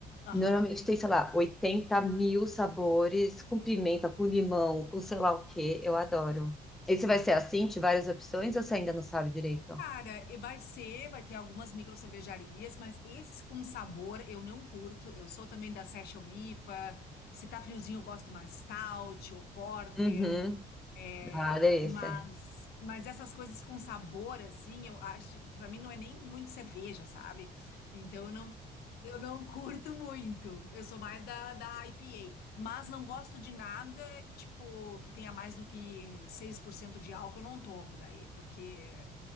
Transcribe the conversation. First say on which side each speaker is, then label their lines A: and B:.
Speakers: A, on the left (about 70°); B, in the centre.
A: Aham.
B: Normalmente tem, sei lá, 80 mil sabores, com pimenta, com limão, com sei lá o quê. Eu
A: Ah,
B: adoro. Esse vai
A: boa.
B: ser assim, de várias opções, ou você ainda não sabe direito?
A: Cara, e vai ser, vai ter algumas micro cervejarias, mas esses com sabor eu não curto. Eu sou também da Session IPA. Se tá friozinho, eu gosto mais stout ou porter.
B: Uhum.
A: É,
B: Ah, delícia.
A: mas, mas essas coisas com sabor, assim, eu acho, pra mim não é nem muito cerveja, sabe? Então eu não, eu não curto muito. Eu sou mais da, da IPA. Mas não gosto de nada, tipo, que tenha mais do que 6% de álcool, eu não tomo daí, porque.